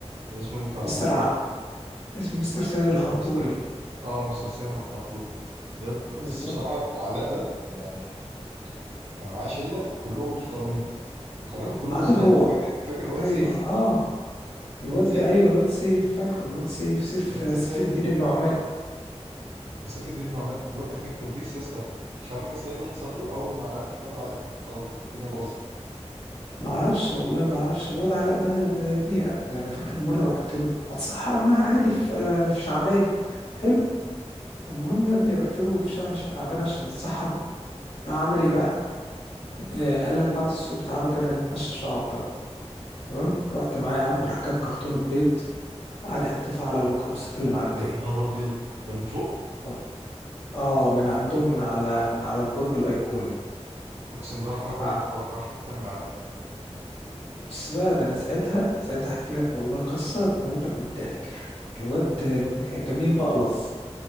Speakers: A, on the right (about 60°); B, on the left (about 65°).
A: ده اسمه ايه بتاع الحنطور
B: مستر ع...
A: ده
B: اسم- مستر سيد الحنطوري
A: كان مستر اه مستر سامح الحنطور يض-
B: بالظبط
A: بس بصراحة علاء ده يعني كان معاه شلة كلهم محترمين وخلاهم كلهم
B: ما عدا
A: زبالة
B: هو
A: فاكر فاكر الواد
B: ايوه
A: سيف
B: اه الواد
A: الواد سيف
B: ده ايوه الواد سيف فاكره الواد سيف سيف
A: الواد سيف
B: سيف
A: ده يا
B: الدين
A: ابني
B: النعماني
A: سيف الدين النعمان الواد ده كان قديس يا اسطى مش عارف يا اسطى ايه اللي حصل له أول ما عرف الواد علاء خلاص بقى الدنيا باظت
B: ما اعرفش والله ما اعرفش الواد علاء ده ده يا ابني ده انا فاكر في مره رحت له اتسحر معاه عادي في آه، في شعبان حلو المهم يا ابني رحت له في شهر شعبان عشان نتسحر راح عمل ايه بقى آه، قال لك بعد السور تعالوا كده هنتمشى شويه على الطريق تمام رحت معاه يا عم راح جاب كرتونه بيض قاعد يحدفها على الميكروباصات اللي معدية
A: يا نهار أبيض ده من فوق
B: طب اه من عندهم من على من على البرج الأيقوني
A: أقسم بالله
B: فبص
A: الحركة دي ما توقعهاش حتى من علاء
B: بقى ده أنا ساعتها ساعتها أحكي لك والله قصة تموتك من الضحك الواد جميل بقلظ